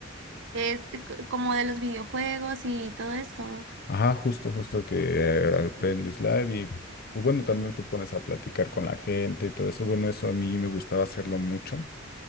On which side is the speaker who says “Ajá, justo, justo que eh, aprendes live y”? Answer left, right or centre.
Left